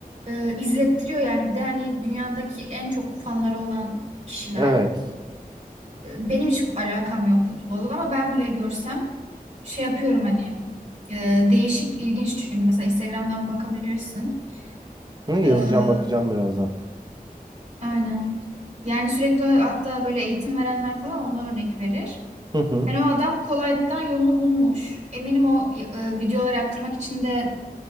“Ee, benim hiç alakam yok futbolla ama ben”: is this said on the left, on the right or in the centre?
Right